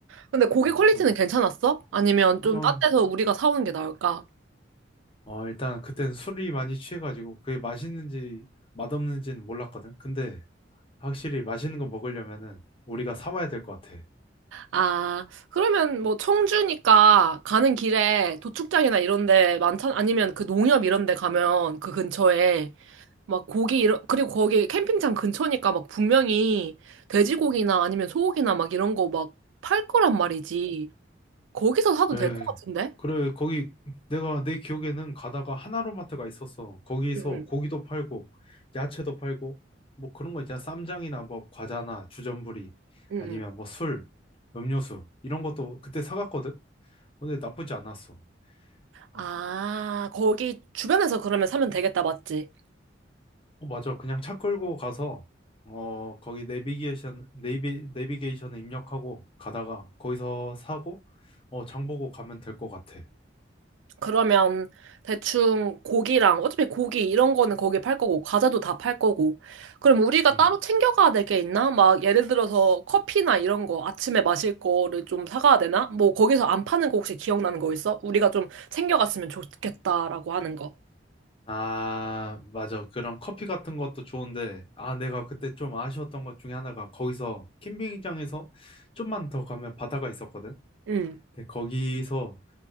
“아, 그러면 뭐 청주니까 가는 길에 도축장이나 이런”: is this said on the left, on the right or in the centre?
Right